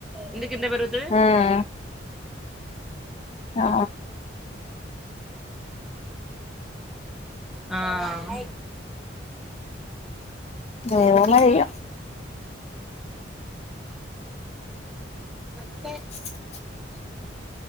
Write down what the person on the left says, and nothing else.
మ్మ్ ఆ
ఏమో ఇగ
అ